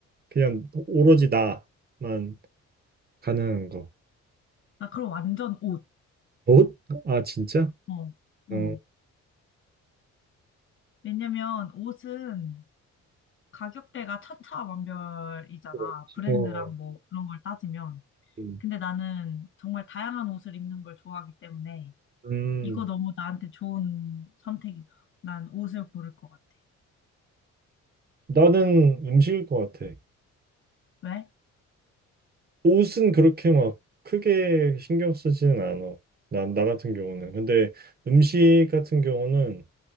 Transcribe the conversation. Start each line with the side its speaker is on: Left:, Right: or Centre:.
Right: 그냥 오로지 나만 가능한 거.
Left: 나 그럼 완전 옷.
Right: 옷? 아 진짜?
Left: 어, 어.
Right: 어.
Left: 왜냐면 옷은 가격대가 천차만별이잖아.
Right: 그렇지.
Left: 브랜드랑
Right: 어.
Left: 뭐 그런 걸 따지면.
Right: 음.
Left: 근데 나는 정말 다양한 옷을 입는 걸 좋아하기 때문에
Right: 음.
Left: 이거 너무 나한테 좋은 선택이다. 난 옷을 고를 것 같아.
Right: 나는 음식일 것 같아.
Left: 왜?
Right: 옷은 그렇게 막 크게 신경 쓰지는 않아. 나, 나 같은 경우는. 근데 음식 같은 경우는